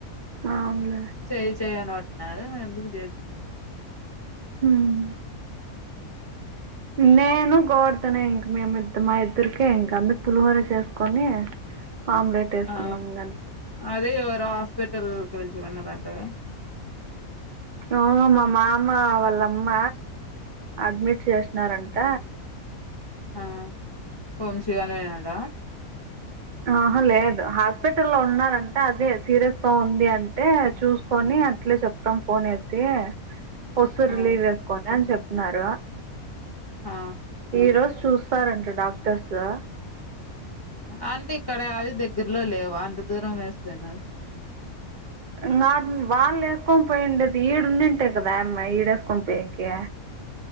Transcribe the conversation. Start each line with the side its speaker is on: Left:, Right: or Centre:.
Right: అవున్లే
Left: చెయ్ చెయ్ అని పట్నారు ఎందుకు జేపి
Right: హ్మ్
Left: హ్మ్
Right: నేను గోవర్దన్ ఎ ఇంక మేము ఇద్ మా ఇద్దరికే ఇంక అందుక్ పులిహోర చేసుకొని ఆమ్లెట్ వేసుకున్నాం
Left: ఆ
Right: ఇంక అంతే
Left: అదే ఎవరో హాస్పిటల్ గురించి విన్నడంట గా
Right: అవును మా మామ వాళ్ళ అమ్మ అడ్మిట్ చేసినారంట
Left: ఆ వొమ్షి గాన్ని <unintelligible> పోయినవంటన
Right: ఆహా లేదు హాస్పిటల్లో ఉన్నారంట అదే సీరియస్ గా ఉంది అంటే చూసుకొని అట్లే చెప్ త్తం ఫోన్ ఏసీ హొసూర్
Left: ఆ
Right: రిలీజ్ చేసుకోండి అని చెప్పినారు
Left: ఆ
Right: ఈ రోజు చూస్ తారంట డాక్టర్సు
Left: అంటే ఇక్కడ అవి దగ్గరలో లేవు అంత దూరం వేస్తేనా
Right: నాన్ వాళ్ళు ఏసుకొని పోయిండేది ఈడున్నింటే కదా అమ్మాయ్ ఈడేసుకొని పోయ్యేకి